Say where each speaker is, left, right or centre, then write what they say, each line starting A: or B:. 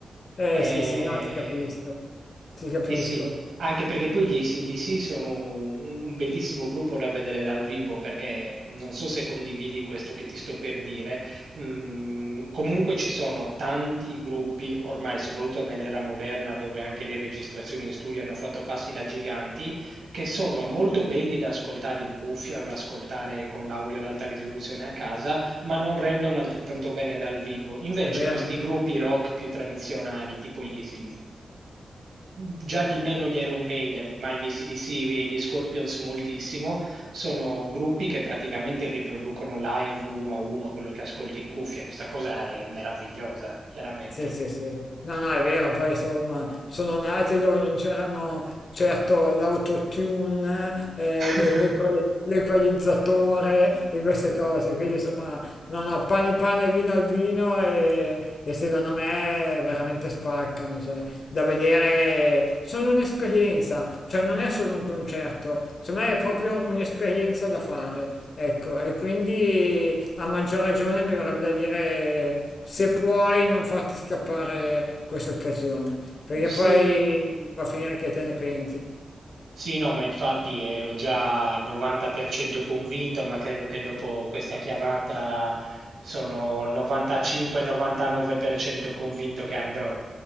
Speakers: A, on the left; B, on the right.
A: Eh
B: Eh,
A: sì sì, no ti capisco, ti capisco,
B: eh sì, anche perché poi gli AC/DC sono un un bellissimo gruppo da vedere dal vivo, perché non so se condividi questo che ti sto per dire, mm, comunque ci sono tanti gruppi, ormai soprattutto nell'era moderna, dove anche le registrazioni in studio hanno fatto passi da giganti, che sono molto belli da ascoltare in cuffia o da ascoltare con l'audio ad alta risoluzione a casa, ma non rendono altrettanto bene dal vivo. Invece
A: è vero.
B: questi gruppi rock più tradizionali, tipo gli ac già di meno gli Iron Maiden, ma gli ac e gli Scorpions moltissimo, sono gruppi che praticamente riproducono live uno a uno quello che ascolti in cuffia. Questa cosa è meravigliosa, chiaramente.
A: Sì, sì, sì. No, no, è vero, poi insomma, sono nati dove non c'erano certo l'autotune, eh,
B: <laughs>
A: l'e- l'equali- l'equalizzatore e queste cose, quindi insomma, no, no, pane pane, vino al vino e, e secondo me veramente spaccano, cioè, da vedere, sono un'esperienza, cioè non è solo un concerto, secondo me è proprio un'esperienza da fare Ecco, e quindi a maggior ragione mi verrebbe da dire se puoi non farti scappare questa occasione, perché poi
B: Sì.
A: va a finire che te ne penti.
B: Sì, no, ma infatti ero già al 90% convinto, ma credo che dopo questa chiamata sono 95-99% convinto che andrò.